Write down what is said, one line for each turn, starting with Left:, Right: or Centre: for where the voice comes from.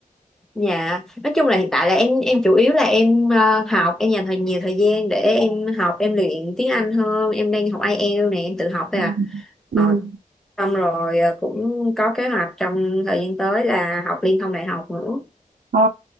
Centre: Dạ, nói chung là hiện tại là em em chủ yếu là em ờ, học, em dành thời nhiều thời gian để em học, em luyện tiếng Anh hơn, em đang học IELTS này, em tự học thôi
Right: Ừ.
Centre: à.
Right: Ừ.
Centre: Ờ, xong rồi ờ, cũng có kế hoạch trong thời gian tới là học liên thông đại học nữa.
Right: Ờ,